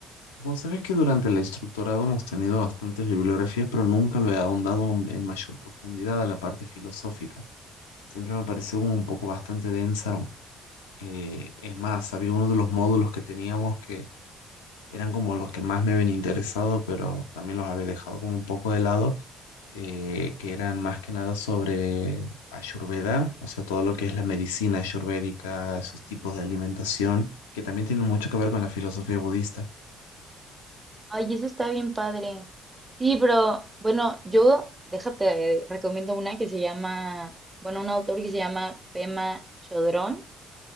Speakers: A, on the left; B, on the right.
A: Vos sabés que durante el instructorado hemos tenido bastantes bibliografías, pero nunca lo he ahondado en en mayor profundidad a la parte filosófica. Siempre me pareció como un poco bastante densa. Eh, es más, había uno de los módulos que teníamos que eran como los que más me habían interesado, pero también los había dejado como un poco de lado, eh, que eran más que nada sobre Ayurveda, o sea, todo lo que es la medicina ayurvédica, esos tipos de alimentación, que también tienen mucho que ver con la filosofía budista.
B: Ay, eso está bien padre. Sí, pero bueno, yo déjate, recomiendo una que se llama, bueno, un autor que se llama Pema Chodrón